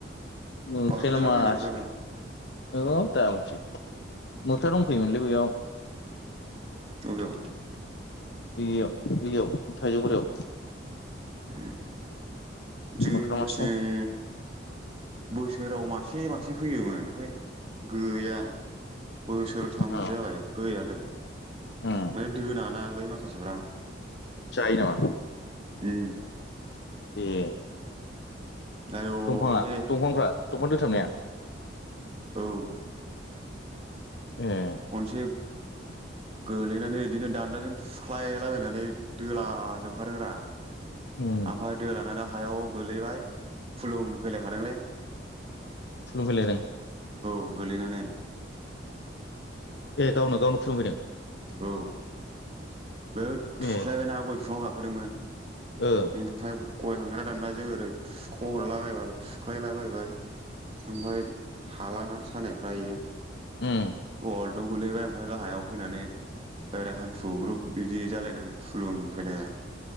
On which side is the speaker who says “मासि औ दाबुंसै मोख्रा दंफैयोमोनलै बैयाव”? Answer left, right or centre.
Left